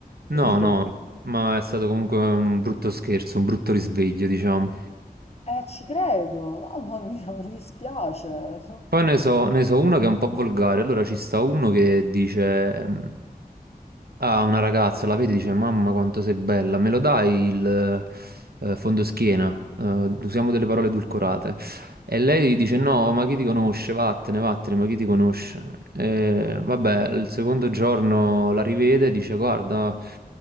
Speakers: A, on the right; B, on the left.
A: No,
B: capito?
A: no, ma è stato comunque un brutto scherzo, un brutto risveglio, diciamo.
B: Eh, ci credo, mamma mia, mi dispiace.
A: Poi ne so, ne so uno che è un po' volgare. Allora ci sta uno che dice mh, a una ragazza, la vedi, dice: Mamma, quanto sei bella, me lo dai il eh, fondoschiena? Eh, usiamo delle parole edulcorate. E lei dice: No, ma chi ti conosce? Vattene, vattene, ma chi ti conosce? E, vabbè, il secondo giorno la rivede e dice: Guarda.